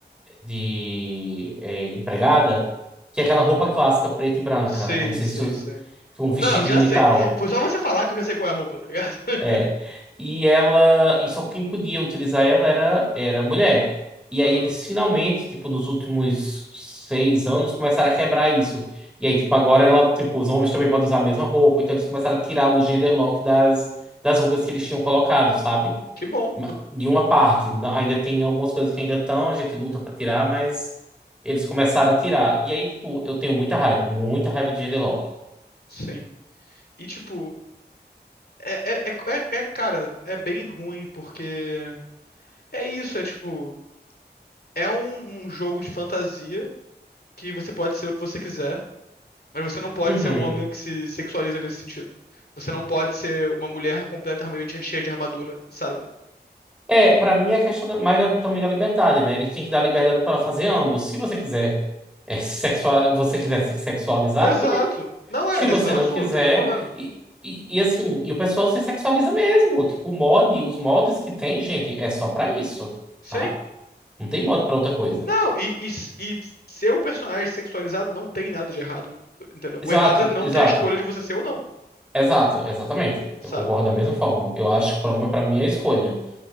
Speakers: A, in the centre; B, on the left.
A: de é, empregada, que é aquela roupa clássica preta e branca.
B: Sim,
A: Eu não sei
B: sim,
A: se
B: sim.
A: tu, um vestidinho
B: Não, já sei.
A: e tal.
B: Foi só você falar que eu já sei qual é a roupa, tá ligado? <laughs>
A: É. E ela, e só quem podia utilizar ela era era mulher. E
B: Aham.
A: aí eles finalmente, tipo, nos últimos seis anos começaram a quebrar isso. E aí, tipo, agora ela, tipo, os homens também podem usar a mesma roupa, então eles começaram a tirar o gender lock das das roupas que eles tinham colocado, sabe?
B: Que bom,
A: Ma- De uma parte, Na- ainda tem algumas coisas que ainda estão, a gente luta pra tirar, mas eles começaram a tirar. E aí, tipo, eu tenho muita raiva, muita raiva de gender lock.
B: sim. E tipo, é, é, é, é- é, cara, é bem ruim, porque é isso, é tipo, é um, um jogo de fantasia que você pode ser o que você quiser, mas você não pode
A: Uhum.
B: ser um homem que se sexualiza nesse sentido. Você não pode ser uma mulher completamente cheia de armadura, sabe?
A: É, pra mim é questão da, mais da- também da liberdade, né? Eles têm que dar liberdade pra fazer ambos. Se você quiser é, sexual, você quiser se sexualizar,
B: Exato.
A: tudo bem.
B: Não
A: Se
B: é, a decisão
A: você não
B: é sua,
A: quiser,
B: não tem nenhum problema.
A: e, e, e assim, e o pessoal se sexualiza mesmo. Tipo, o mod, os mods que tem, gente, é só pra isso,
B: Sim?
A: tá? Não tem mod pra outra coisa.
B: Não, e, e, e ser um personagem sexualizado não tem nada de errado, entendeu?
A: Exato,
B: O errado é não
A: exato,
B: ter a escolha de você ser ou não,
A: exato, exatamente.
B: sabe?
A: Eu concordo da mesma forma. Eu acho que o problema pra mim é a escolha.